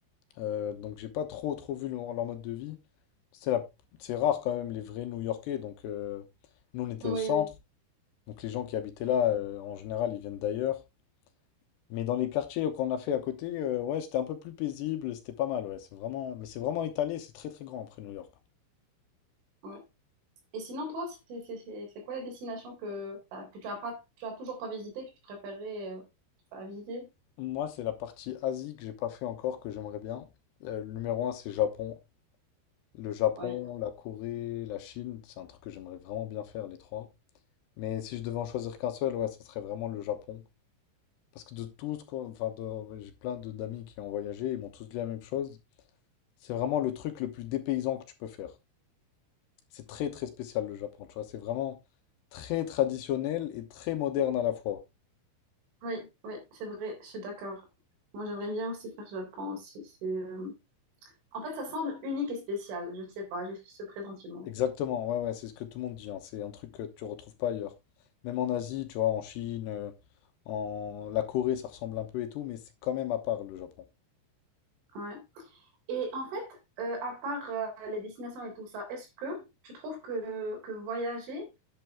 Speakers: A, on the left (about 70°); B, on the right (about 80°).
A: euh, donc j'ai pas trop trop vu leur leur mode de vie. C'est la- c'est rare quand même les vrais New-Yorkais. Donc euh, nous on était
B: Oui,
A: au centre,
B: oui.
A: donc les gens qui habitaient là euh, en général ils viennent d'ailleurs. Mais dans les quartiers qu'on a fait à côté, euh, ouais c'était un peu plus paisible, c'était pas mal. Ouais, c'est vraiment, mais c'est vraiment étalé, c'est très très grand après New York.
B: Ouais. Et sinon, toi, c'est c'est- c'est- c'est quoi les destinations que, enfin, que tu as pas, tu as toujours pas visité que tu préférais euh, enfin, visiter?
A: Moi c'est la partie Asie que j'ai pas fait encore que j'aimerais bien. Euh, le numéro un c'est Japon. Le Japon,
B: Ouais,
A: la Corée, la Chine, c'est un truc que j'aimerais vraiment bien faire les trois. Mais si je devais en choisir qu'un seul, ouais, ça serait vraiment le Japon. Parce que de tous, ce Enfin, de- ouais, j'ai plein de- d'amis qui ont voyagé, ils m'ont tous dit la même chose. C'est vraiment le truc le plus dépaysant que tu peux faire. C'est très, très spécial, le Japon, tu vois. C'est vraiment très traditionnel et très moderne à la fois.
B: oui, oui, c'est vrai, je suis d'accord. Moi, j'aimerais bien aussi faire Japon aussi. C'est, euh, En fait, ça semble unique et spécial. Je sais pas, j'ai ce pressentiment.
A: Exactement, ouais, ouais, c'est ce que tout le monde dit. hein. C'est un truc que tu retrouves pas ailleurs. Même en Asie, tu vois, en Chine, euh, en la Corée, ça ressemble un peu et tout, mais c'est quand même à part, le Japon.
B: Ouais. Et en fait, euh, à part euh, les destinations et tout ça, est-ce que tu trouves que, que voyager